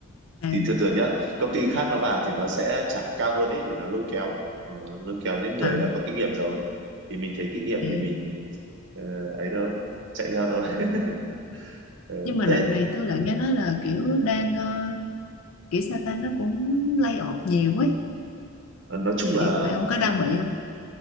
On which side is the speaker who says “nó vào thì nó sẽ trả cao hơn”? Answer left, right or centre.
Right